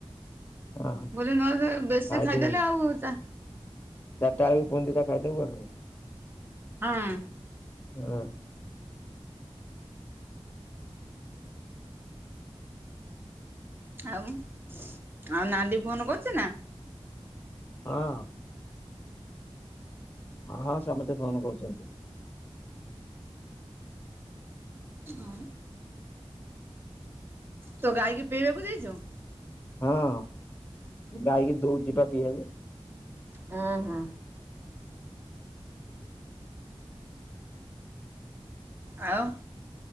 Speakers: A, on the left; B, on the right.
A: ହଁ
B: ବୋଲି ନହଲେ ବେଶୀ
A: ଖାଇଦେ
B: ଖାଇଦେଲେ ଆଉ ହୋଉ ତା
A: ଚାରିଟା ବେଳକୁ ପୁଣି ଦିଟା ଖାଇଦବୁ ଆଉ।
B: ହଁ।
A: ଆ
B: ଆଉ ଆଉ ନାଣ୍ଡି ଫୋନ୍ କରୁଚି ନା?
A: ହଁ। ହଁ ହଁ ସମସ୍ତେ ଫୋନ୍ କରୁଛନ୍ତି।
B: ଅମ୍ ତୋ ଗାଈକି ପିଇବାକୁ ଯାଇଚୁ।
A: ହଁ ଗାଈକି ଦଉଛି ପା ପିଇଆକୁ।
B: ହୁଁ ହୁଁ। ଆଉ